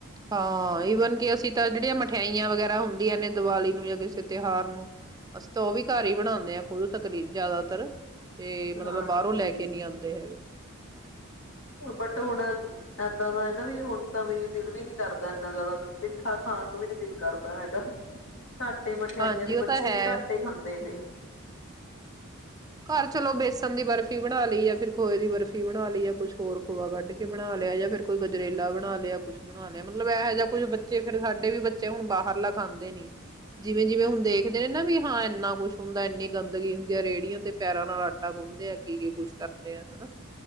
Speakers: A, on the right; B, on the left.
A: ਹਾਂ ਈਵਨ ਕਿ ਅਸੀਂ ਤਾਂ ਜਿਹੜੀਆਂ ਮਠਿਆਈਆਂ ਵਗੈਰਾ ਹੁੰਦੀਆਂ ਨੇ ਦੀਵਾਲੀ ਨੂੰ ਜਾਂ ਕਿਸੇ ਤਿਉਹਾਰ ਨੂੰ ਅਸੀਂ ਤਾਂ ਉਹ ਵੀ ਘਰ ਹੀ ਬਣਾਉਂਦੇ ਹਾਂ ਖੁਦ ਤਕਰੀ ਜ਼ਿਆਦਾਤਰ ਤੇ' ਮਤਲਬ
B: ਹਾਂਜੀ
A: ਬਾਹਰੋਂ ਲੈ ਕੇ ਨਹੀਂ ਆਉਂਦੇ
B: ਬਟ ਹੁਣ ਏਦਾਂ ਦਾ ਨਾ ਵੀ ਹੁਣ ਤਾਂ ਵੀ ਦਿਲ ਵੀ ਨੀ ਕਰਦਾ ਇੰਨਾ ਜ਼ਿਆਦਾ ਮਿੱਠਾ ਖਾਣ ਨੂੰ ਵੀ ਨੀ ਦਿਲ ਕਰਦਾ ਹੈਗਾ ਘਾਟੇ ਮਠਿਆਈਆਂ
A: ਹਾਂਜੀ
B: ਵੀ
A: ਉਹ
B: ਬੱਚੇ
A: ਤਾਂ ਹੈ
B: ਵੀ ਘਾਟੇ ਖਾਂਦੇ ਨੇ
A: ਹੂੰ। ਘਰ ਚਲੋ ਬੇਸਣ ਦੀ ਬਰਫ਼ੀ ਬਣਾ ਲਈ ਜਾਂ ਫਿਰ ਖੋਏ ਦੀ ਬਰਫ਼ੀ ਬਣਾ ਲਈ ਕੁਛ ਹੋਰ ਖੋਆ ਕੱਢ ਕੇ ਬਣਾ ਲਿਆ ਜਾਂ ਫਿਰ ਕੋਈ ਗਜਰੇਲਾ ਬਣਾ ਲਿਆ ਕੁਛ ਬਣਾ ਲਿਆ ਮਤਲਬ ਇਹੋ ਜਿਹਾ ਕੁੱਛ ਬੱਚੇ ਫੇਰ ਸਾਡੇ ਵੀ ਬੱਚੇ ਹੁਣ ਬਾਹਰ ਲਿਖਾਂਂਦੇ ਨੀ, ਜਿਵੇਂ- ਜਿਵੇਂ ਹੁਣ ਦੇਖਦੇ ਨੇ ਨਾ ਵੀ ਹਾਂ ਇੰਨਾ ਕੁਛ ਹੁੰਦਾ ਇੰਨੀ ਗੰਦਗੀ ਹੁੰਦੀ ਆ ਰੇਹੜੀਆਂ ਤੇ ਪੈਰਾਂ ਨਾਲ ਆਟਾ ਗੁੰਨਦੇ ਆ ਕੀ ਕੀ ਕੁੱਛ ਕਰਦੇ ਆ ਹਨਾ